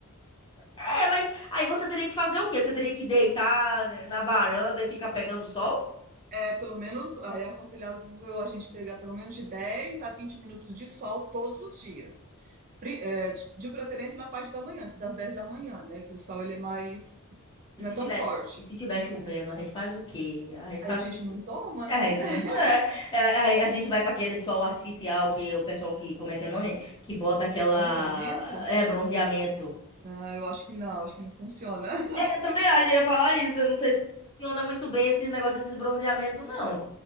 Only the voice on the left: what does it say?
é, mas aí você teria que fazer o quê? Você teria que deitar na varanda e ficar pegando sol?
E
se
tiver,
e se tiver chovendo,
a gente faz o quê? A gente
faz
o...
A gente
não... É, é, é, a gente vai para aquele sol artificial que o pessoal que... Como é que é o nome? Que bota aquela...
É, bronzeamento.
Eu também acho- ia falar isso. Eu não sei se funciona muito bem esse negócio desses bronzeamentos, não.